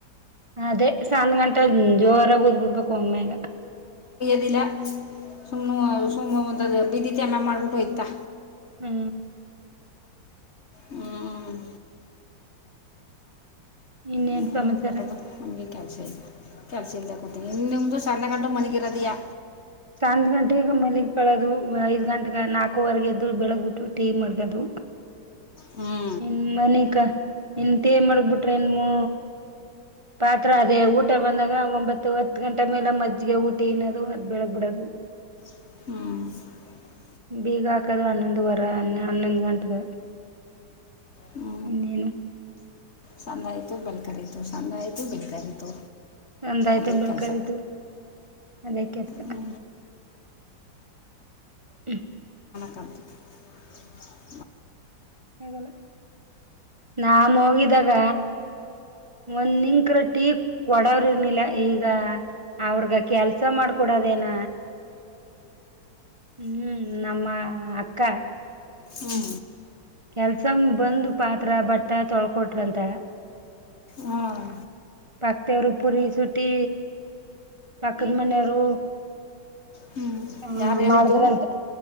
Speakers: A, on the right; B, on the left.
A: ಅದೇ ಸಂದ್ ಗಂಟೆ ಜೋರ ದ್ಬಿಟ್ಟು ಇಬೇಕು ಅಮ್ಮೇಲೆ
B: ಅದಲ ಸುಮ ಸಮ ಒದ ಬಿದಿತಿಮ್ಮ ಮಾಡ್ಬಿಟ್ಟುೋಯ್ತಾ
A: ಹ್ಮ್
B: ಹ್ಞೂ
A: ಇನ್ನೇನ್
B: ಹ್ಮ್
A: ಸಮಾಚಾರ
B: ನದು ನಮಗೆ ಕ ಕೆಲ್ಸ ಇಲ್ಲದೆ ಕೊೂತೀನಿ ಇನ್ ನಿಮ್ದು ಸ್ಣೆಗಂಡು ಮನೆಿಗಿರದಿಯಾ
A: ಸಧ್ ಗಂಟೆಗ ಮೇಲಗ್ ಕಳೋದು ಐದ್ ಗಂಟೆೆಗೆ ನಾಲ್ಕೂವರೆಗೆ ಎದ ಬೆಳಗ್ ಬಿಿಟ್ಟು ಟೀ ಮಾಡ್ಕದು
B: ಹ್ಞೂ
A: ಇನ್ ಮನಿಕ ಇನ್ಂತೇ ಮಡಗ್ ಬಿಿಟ್ರ ಇನ್ನು ಪಾತ್ರ ಅದೇ ಊಟ ಬಂದಾಗ ಒಂಬತ್ತು ಹತ್ತು ಗಂಟೆ ಮೇಲೆ ಮಜ್ಜಿಗೆ ಊಟ ಇನ್ನೋದು ಅದ್ ಬೆಳಗ್ ಬಿಿಡದು
B: ಹ್ಮ್
A: ಬೀಗ ಹಾಕದು್ ಹನ್ನೊಂದು ವರ ಹನ್ನೊಂದು ಗಂಟೆೆಗೆ
B: ಹ್ಞೂ
A: ಇನೇ
B: ಸಂದ ಆಯಿತು ಬೆಳ್ಕರಿೀತು ಸಂದ ಆಯಿತು ಬೆಳ್ಕರಿೀತು
A: ಒಂದಾಯ್ತು
B: ಅದೇ
A: ಬೆಳ್ಕರಿತು
B: ಕೆಲಸ
A: ಅದೇ ಕೆಲ್ಸ
B: ಹ
A: ಹ್ಮ
B: ತ್ಯಂಕ್ು
A: ಗಲ್ಲ ನಾಮ ಹೋಗಿದಾಗ ಒನ್ನಿಕ್ರ ಟಿ ಒಡವ್ರ ಇರ್ನಿಲ್ಲ ಈಗ ಅವ್ರಗ ಕೆಲ್ಸ ಮಾಡ್ಕೊಡೋದೇನ ಹ್ಮ್ ನಮ್ಮ ಅಕ್ಕ
B: ಹ್ಞೂ
A: ಕೆಲ್ಸ ಬಂದ ಪಾತ್ರ ಬಟ್ಟ ತೊಳ್ಕೊಟ್ರಂತ
B: ಹಾಂ
A: ಪಕ್ದವರು ಪುರಿ ಸುಟ್ಟಿ ಪಕ್ಕದ ಮನೆಯವರು
B: ಹ್ಞೂ
A: ಹಾ
B: ಯಾರು ಹೇಳಿದ್ದು
A: ಮಾಡಿದ್ರಂತೆ